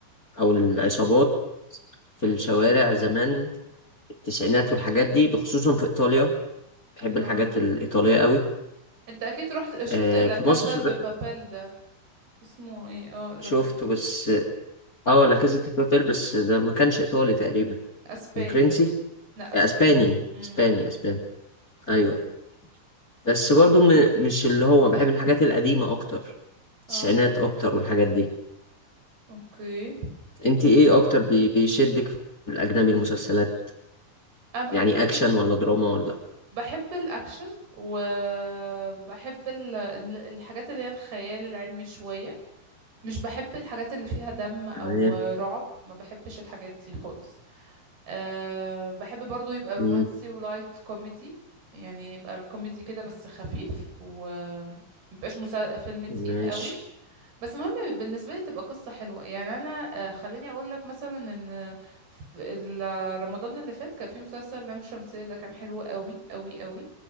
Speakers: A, on the left; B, on the right.
A: او العصابات في الشوارع زمان التسعينات والحاجات دي بخصوصا في ايطاليا بحب
B: مم.
A: الحاجات الايطالية قوي
B: انت اكيد رحت شفت
A: آه،
B: لا
A: في
B: كازا
A: مصر
B: دو بابيل ده اسمه ايه اه لا
A: شفته
B: كازا
A: بس اه لا كازا دي بابيل بس ده ما كانش ايطالي تقريبا
B: اسباني
A: كان فرنسي
B: لا اسباني
A: آه، اسباني
B: امم
A: اسباني اسباني ايوه
B: اه
A: بس برضو م- مش اللي هو بحب الحاجات القديمة اكتر
B: اه
A: التسعينات اكتر والحاجات دي
B: اوكي
A: انت ايه اكتر بي- بيشدك في الاجنبي المسلسلات
B: انا بحب
A: يعني
B: القصة
A: اكشن ولا دراما ولا
B: بحب الاكشن وبحب ال... ال- الحاجات اللي هي الخيال العلمي شوية مش بحب الحاجات اللي فيها دم او
A: تمام
B: رعب ما بحبش الحاجات دي خالص أه بحب برضو يبقى رومانسي
A: مم،
B: ولايت كوميدي يعني يبقى الكوميدي كده بس خفيف و مبيبقاش مسا... فيلم تقيل
A: ماشي
B: قوي بس مهم بالنسبة لي تبقى قصة حلوة يعني أنا آه، خليني أقول لك مثلا إن في ال- رمضان اللي فات كان في مسلسل لام شمسية ده كان حلو قوي قوي قوي